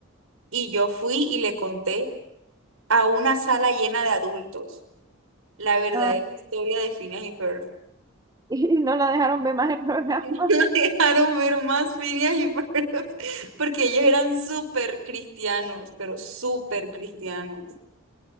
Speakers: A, on the right (about 85°); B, on the right (about 15°).
A: Y yo fui y le conté a una sala llena de adultos la verdadera
B: Ah,
A: historia de Phineas y Ferb. <laughs>
B: Y no la dejaron ver más el <laughs> programa.
A: Y No dejaron ver más Phineas y Ferb <laughs> porque ellos eran súper cristianos, pero súper cristianos.